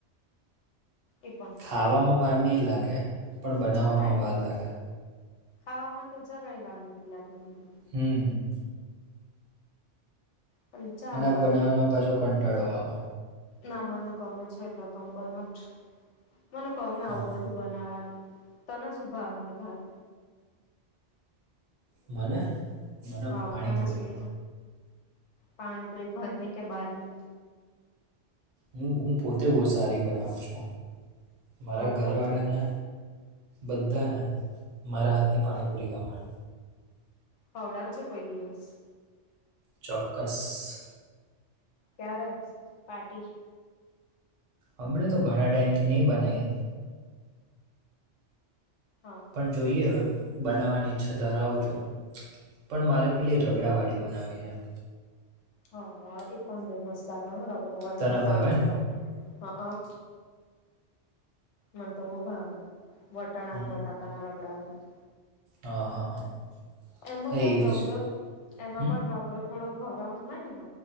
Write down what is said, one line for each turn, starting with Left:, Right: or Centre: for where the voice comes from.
Left: એ પણ
Right: ખાવામાં વાર નહી લાગે પણ બનાવવામાં
Left: જરાય
Right: વાર
Left: નહી
Right: લાગે
Left: ખાવામાં તો જરાય વાર નતી લાગી મને
Right: હમમ.
Left: પણ ચાલે
Right: અને બનાવવાનો
Left: હવે
Right: પાછો કંટાળો આવે.
Left: ના મને ગમે છે એટલે તો હું બનાવુ છું મને ગમે આવું
Right: હા
Left: બધું બનાવાનું તને શું ભાવે વધારે?
Right: મને મને
Left: હા
Right: પાણીપુરી
Left: તને શું પાણીપુરી ઘરની કે બહાર ની?
Right: હું હું પોતે બો સારી બનાવું છું મારા
Left: ઓહો
Right: ઘર વાળાને બધાને મારા હાથની પાણીપુરી ગમેં.
Left: ખવડાવજે કોઈ દિવસ.
Right: ચોક્કસ.
Left: ક્યારે પાર્ટી?
Right: હમણાં તો ઘણા ટાઈમ થી નય બનાઈ.
Left: હા.
Right: પણ જોઈએ હવે બનાવવાની ઈચ્છા ધરાવું છું. પણ મારે પેલી રગડા વાડી બનાવી હે.
Left: હા હા એ પણ બો મસ્ત લાગે રગડાવાડી
Right: તને
Left: વટાણા
Right: ભાવે
Left: ને રગડો હા આ. મને તો બઉ ભાવે વટાણા
Right: હમ
Left: અને બટાકા ના રગડા વાડી.
Right: હા હા હા
Left: એમાં
Right: હા
Left: પણ
Right: એવી
Left: રગડો
Right: જ
Left: એમાં
Right: હમ
Left: પણ રગડો થોડો ગરમ હોય ને